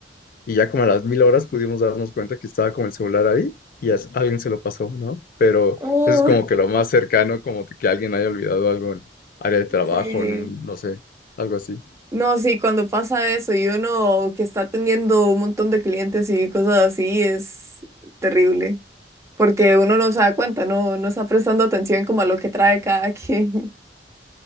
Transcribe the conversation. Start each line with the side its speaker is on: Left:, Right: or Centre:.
Left: Y ya como a las mil horas pudimos darnos cuenta que estaba como el celular ahí y as- alguien se lo pasó, ¿no? Pero
Right: oh,
Left: eso es como que lo más cercano, como que alguien haya olvidado algo en área de trabajo,
Right: sí.
Left: en un- no sé, algo así.
Right: No, sí, cuando pasa eso y uno que está atendiendo un montón de clientes y cosas así es terrible, porque uno no se da cuenta, no, no está prestando atención como a lo que trae cada quien.